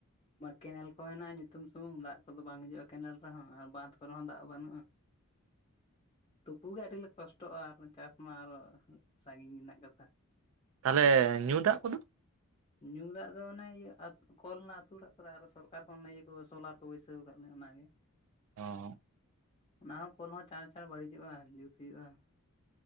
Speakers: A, on the left; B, on the right.
A: ᱠᱮᱱᱮᱞ ᱠᱚ ᱦᱮᱱᱟᱜᱼᱟ ᱧᱩᱛᱩᱢ ᱥᱩᱢᱩᱝ ᱫᱟᱜ ᱠᱚᱫᱚ ᱵᱟᱝ ᱦᱤᱡᱩᱜᱼᱟ ᱠᱮᱱᱮᱞ ᱨᱮᱦᱚᱸ ᱟᱨ ᱵᱟᱸᱫᱷ ᱠᱚᱨᱮ ᱦᱚᱸ ᱫᱟᱜ ᱵᱟᱹᱱᱩᱜᱼᱟ᱾ ᱛᱩᱯᱩᱜ ᱜᱮ ᱟᱹᱰᱤ ᱞᱮ ᱠᱚᱥᱴᱚᱜᱼᱟ ᱟᱨ ᱪᱟᱥ ᱢᱟ ᱟᱨᱚ ᱥᱟᱺᱜᱤᱧ ᱨᱮᱱᱟᱜ ᱠᱟᱛᱷᱟ᱾
B: ᱛᱟᱦᱚᱞᱮ ᱧᱩ ᱫᱟᱜ ᱠᱚᱫᱚ?
A: ᱧᱩ ᱫᱟᱜ ᱫᱚ ᱚᱱᱮ ᱤᱭᱟᱹ ᱟᱛ ᱠᱚᱞ ᱮᱱᱟᱜᱼᱟ ᱟᱹᱛᱩ ᱚᱲᱟᱜ ᱠᱚᱨᱮ ᱟᱨ ᱥᱚᱨᱠᱟᱨ ᱠᱷᱚᱱ ᱤᱭᱟᱹ ᱠᱚ ᱥᱳᱞᱟᱨ ᱠᱚ ᱵᱟᱹᱭᱥᱟᱹᱣ ᱟᱠᱟᱫ ᱞᱮ ᱚᱱᱟᱜᱮ᱾
B: ᱚ
A: ᱚᱱᱟ ᱦᱚᱸ ᱠᱚᱞ ᱦᱚᱸ ᱪᱟᱹᱲ ᱟᱜ ᱵᱟᱹᱲᱤᱡᱚᱜᱼᱟ ᱡᱩᱛ ᱦᱩᱭᱩᱜᱼᱟ᱾